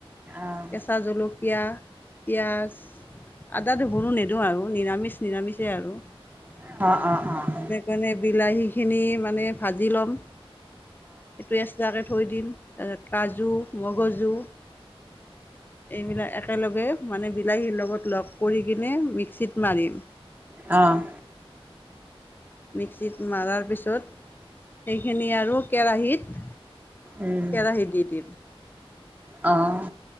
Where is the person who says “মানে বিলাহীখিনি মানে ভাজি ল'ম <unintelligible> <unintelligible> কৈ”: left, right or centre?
Left